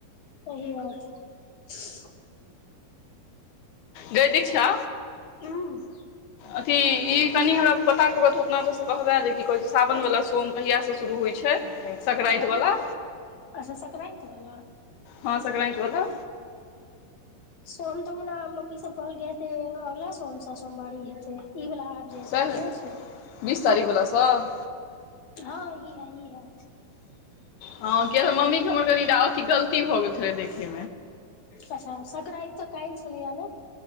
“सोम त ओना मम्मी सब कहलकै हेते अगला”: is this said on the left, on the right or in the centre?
Left